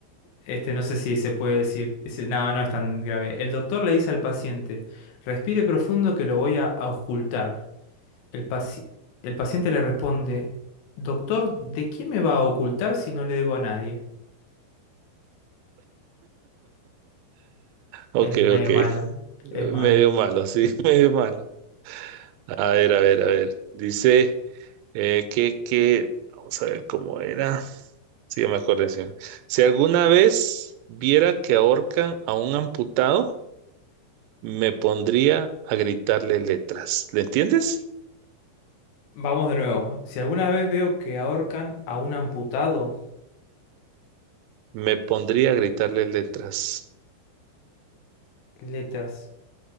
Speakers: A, on the left (about 70°); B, on the right (about 80°).
A: Este no sé si se puede decir. Dice, no, no es tan grave. El doctor le dice al paciente, respire profundo que lo voy a ocultar. El paci- el paciente le responde, doctor, ¿de quién me va a ocultar si no le debo a nadie?
B: Ok,
A: Es medio
B: ok.
A: malo,
B: Medio
A: es malo.
B: malo, sí, <laughs> medio malo. A ver, a ver, a ver. Dice eh, que, que, vamos a ver cómo era. Sí, ya me acordé. sí. Si alguna vez viera que ahorcan a un amputado, me pondría a gritarle letras. ¿Le entiendes?
A: Vamos de nuevo. Si alguna vez veo que ahorcan a un amputado,
B: Me pondría a gritarle letras.
A: letras.